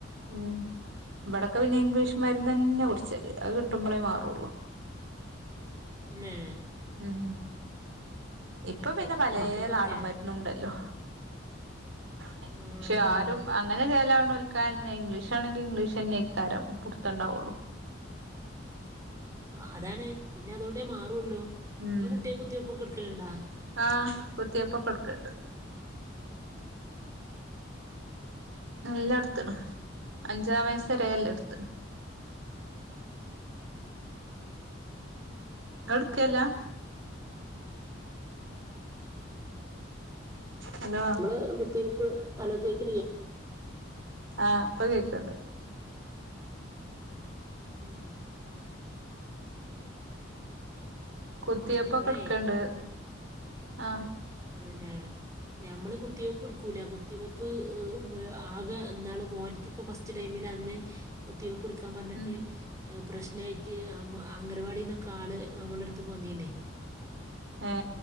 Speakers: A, on the right; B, on the right.
A: ഉം ഇബടൊക്കെ പിന്നെ ഇംഗ്ലീഷ്മര്ന്നന്നേ കുട്ച്ചല് അത് കിട്ടുമ്പളേ മാറുള്ളു
B: ന്നെ
A: ഉം ഇപ്പൊ
B: അത്
A: പിന്നെ പലേ
B: മക്കൾക്കൊക്കെ
A: നാടൻ മര്ന്നുണ്ടല്ലോ പക്ഷേ
B: ഉം.
A: ആരും അങ്ങനെ ചേലാ വ്ണോൽക്കന്നെ ഇംഗ്ലീഷാണെങ്കി ഇംഗ്ലീഷ് തന്നെ അയ്ക്കാരം പുട്ത്തണ്ടാവുള്ളു
B: ആ അതാണ് പിന്നെ അതൊണ്ടേ മാറുള്ളൂ
A: ഉം
B: നിങ്ങളെ കുട്ടിയെ കുത്തിവെപ്പൊക്കെ എടുക്കലുണ്ടാ
A: ആ കുത്തിയപ്പൊക്കെട്ക്കല്ണ്ട് നല്ലട്ത്തണ് അഞ്ചാം വയസ്സ്‌ വരേ ല്ലത് എടുത്തണ് ങ്ങള്ട്ക്കൽല്ലാ ഹലോ
B: നമ്മള് കുത്തിവെപ്പ് അലോ കേക്ക്നിയ്യേ
A: ആ പ്പൊ കേക്ക്ണ്ട്
B: ഉം
A: കുത്തിയപ്പൊക്കെട്ക്ക്ണ്ട്
B: ഞമ്മളേ
A: ആ
B: ആണ് ലേ ഞമ്മള് കുത്തിവെപ്പ് എടുക്കൂല കുത്തിവെപ്പ് ആകെ എന്നാള് മോനിക്കൊക്കെ ഫസ്റ്റ് ടൈമില് അന്ന് കുത്തിവെപ്പ് എടുക്ക ക്കാൻ പറഞ്ഞിട്ട്
A: ഉം
B: പ്രശ്നാ യിട്ട് അം അംഗനവാടിന്നൊക്കെ ആള് നമ്മള അടുത്ക്ക് വന്നീന്നേ
A: ഏ